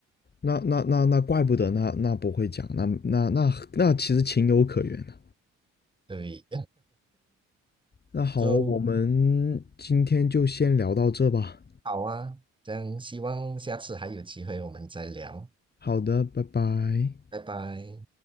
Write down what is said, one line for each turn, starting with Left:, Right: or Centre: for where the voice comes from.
Left: 那那那那怪不得那那不会讲，那那那那其实情有可原的。
Right: <laughs> 对，
Left: 那好，
Right: 就
Left: 我们今天就先聊到这吧。
Right: 好啊，这样希望下次还有机会我们再聊，
Left: 好的，拜拜。
Right: 拜拜。